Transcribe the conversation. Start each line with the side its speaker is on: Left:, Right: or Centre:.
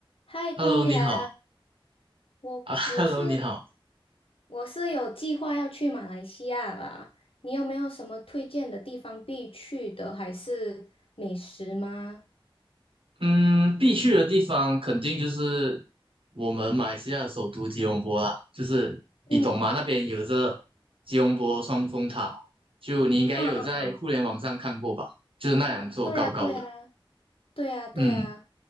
Left: 嗨，光良，
Right: Hello，你好
Left: 我我是
Right: 啊，Hello，你好。
Left: 我是有计划要去马来西亚啦，你有没有什么推荐的地方必去的，还是美食吗？
Right: 嗯，必去的地方肯定就是我们马来西亚首都吉隆坡啦，就是你懂吗？
Left: 嗯
Right: 那边有着吉隆坡双峰塔，就你应该也有在互联网上看过吧？
Left: 嗯嗯嗯，
Right: 就是那两座高高的，
Left: 对呀对呀对呀对呀，
Right: 嗯，